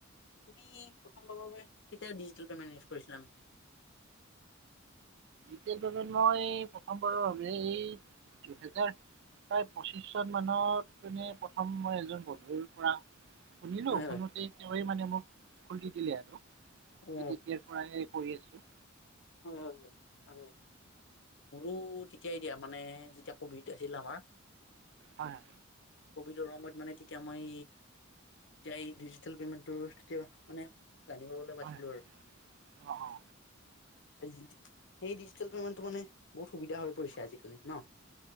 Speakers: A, on the left; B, on the right.
A: তুমি প্ৰথমবাৰৰ বাবে কেতিয়া ডিজিটেল পেমেন্ট ইউজ কৰিছিলা নো
B: ডিজিটেল পেমেণ্ট মই প্ৰথমবাৰৰ বাবে এই দুহেজাৰ প্ৰায় পঁচিশ চন মানত মানে প্ৰথম মই এজন বন্ধুৰ পৰা শুনিলো
A: হয় হয়
B: শুনোতে হয় মানে মোক খুলি দিলে আৰু সেই
A: অ
B: তেতিয়াৰ পৰা এই কৰি আছোঁ।
A: হয় হয় হয় মোৰো তেতিয়াই দিয়া মানে যেতিয়া কভিড আছিল আমাৰ।
B: হয়।
A: কভিদৰ সময়ত মানে তেতিয়া মই এই ডিজিটেল পেমেণ্ট টোৰ তেতিয়া মানে জানিবাবলে পাইছিলো
B: হয়
A: আৰু।
B: অঁ অঁ
A: সেই ডিজিটেল পেমেন্টটো মানে বহুত সুবিধা হৈ পৰিছে আজিকালি ন?